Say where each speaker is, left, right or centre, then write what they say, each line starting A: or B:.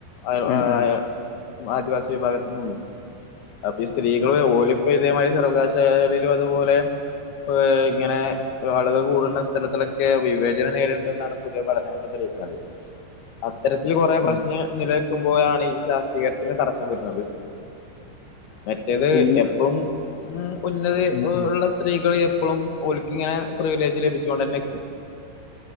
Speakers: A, on the left; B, on the left.
A: ആഹ്
B: ഉം
A: ആ
B: ഉം ഉം
A: ആദിവാസി വിഭാഗത്ത് നിന്നും. അപ്പൊ ഈ സ്ത്രീകള് ഓലിപ്പോ ഇതേമാതിരി സർവകാശാലയിലും അതുപോലെ ഓ ഇങ്ങനെ ആളുകൾ കൂടുന്ന സ്ഥലത്തിലൊക്കെ വിവേചനം നേരിടണ്ടെന്നാണ് പുതിയ പഠനങ്ങൊക്കെ തെളയികണത്. അത്തരത്തില് കൊറെ
B: ഉം
A: പ്രശ്ന
B: ഉം
A: നിലനിൽക്കുമ്പോഴാണ് ഈ ശാസ്ത്രീകരണത്തിന് തടസ്സം വരുന്നത്. മറ്റേത്
B: ഇപ്പ ഈ
A: എപ്പളും ഉം ഉന്നതി
B: ഉം ഉം
A: ഉള്ള സ് സ്ത്രീകള് എപ്പളും ഒല്ക്കിങ്ങനെ പ്രിവിലേജ് ലഭിചോണ്ടന്നെക്കും.